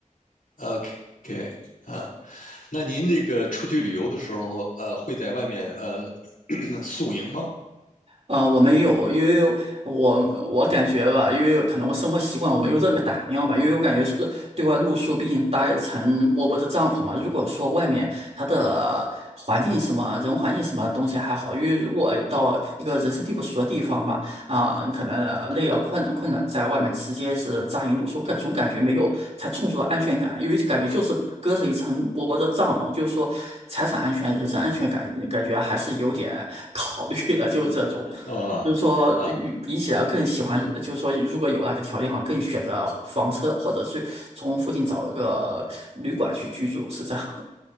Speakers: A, on the left; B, on the right.
A: OK，啊，那您这个出去旅游的时候，呃，会在外面呃 <clears throat> <coughs> 宿营吗？
B: 呃，我没有，因为我我感觉吧，因为可能我生活习惯，我没有这个胆量吧，因为我感觉是对外露宿，毕竟搭一层薄薄的帐篷嘛。如果说外面它的环境什么人环境什么东西还好，因为如果到一个人生地不熟的地方吧，啊，你可能呃累啊困了困了，在外面直接是扎营露宿，感总感觉没有才充足的安全感，因为感觉就是隔着一层薄薄的帐篷，就是说财产安全、人身安全感感觉还是有点考虑的，就是这种。
A: 啊啊，
B: 就是说，与比起来更喜欢，就是说，如果有那个条件哈，更选择房车，或者是从附近找一个旅馆去居住，是这样的。